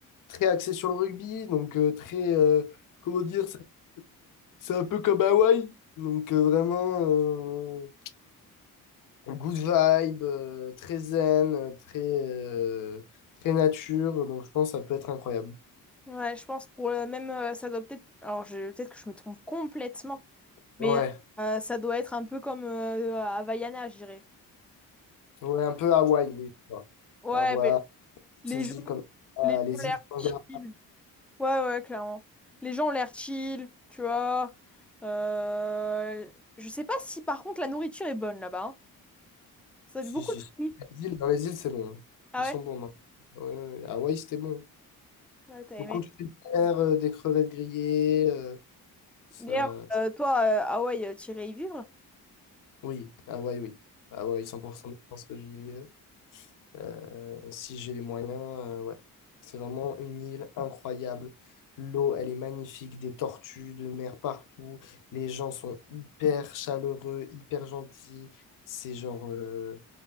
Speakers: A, on the left; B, in the centre.
A: très axées sur le rugby. Donc, euh, très. euh, comment dire? ça- C'est un peu comme Hawaï. Donc, euh, vraiment. euh, Good vibe, euh, très zen, euh, très, euh, très nature. Donc, je pense que ça peut être incroyable.
B: Ouais, je pense pour le même, euh, ça doit peut-être. Alors, je... peut-être que je me trompe complètement, mais
A: Ouais,
B: euh, ça doit être un peu comme euh, Havaiana, je dirais.
A: ouais, un peu Hawaï, oui. je vois.
B: Ouais,
A: Hawaï,
B: mais les
A: ces
B: gens,
A: îles comme ça,
B: les gens
A: les
B: ont l'air
A: îles Tonga.
B: chill. Ouais, ouais, clairement. Les gens ont l'air chill, tu vois. Euh, Je sais pas si par contre la nourriture est bonne là-bas. hein. Ça
A: Si,
B: doit être beaucoup
A: si,
B: de
A: si.
B: fruits.
A: Les îles, dans les îles, c'est bon. hein.
B: Ah
A: Ils sont
B: ouais?
A: bons, non? Ouais, ouais. ouais. Hawaï, c'était bon.
B: Ouais, t'as
A: Beaucoup
B: aimé.
A: de fruits de mer, euh, des crevettes grillées. euh, ça...
B: D'ailleurs, euh, toi, euh, Hawaï, euh, t'irais y vivre?
A: Oui, Hawaï, oui. Hawaï, 100% je pense que j'y ai. Euh, si j'ai les moyens, euh, ouais. C'est vraiment une île incroyable. L'eau, elle est magnifique, des tortues de mer partout. Les gens sont hyper chaleureux, hyper gentils. C'est genre euh,